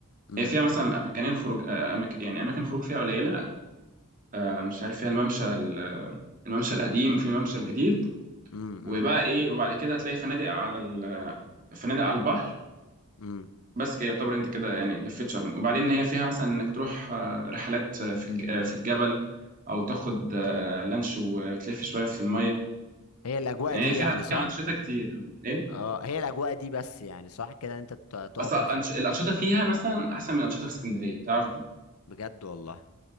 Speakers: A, on the left; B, on the right.
A: امم
B: هي فيها مثلا مكانين خروج آه، أماك... يعني اماكن خروج فيها قليلة آه، مش عارف فيها الممشى ال- الممشى القديم وفي الممشى الجديد
A: امم
B: وبقى ايه وبعد كده هتلاقي فنادق على ال... فنادق على البحر
A: امم
B: بس كده يعتبر انت كده يعني لفيت شرم وبعدين هي فيها مثلا انك تروح آه، رحلات آه، في الج- آه، في الجبل او تاخد آه، لانش وتلف شويه في الميه
A: هي الاجواء
B: يعني
A: دي
B: هي فيها
A: يعني صح
B: فيها انشطه كتير ايه
A: اه هي الاجواء دي بس يعني صح كده إن انت ت- تقعد
B: بس أنش...
A: بقى في
B: الانشطه فيها مثلا احسن من الانشطه في اسكندريه تعرف ده
A: بجد والله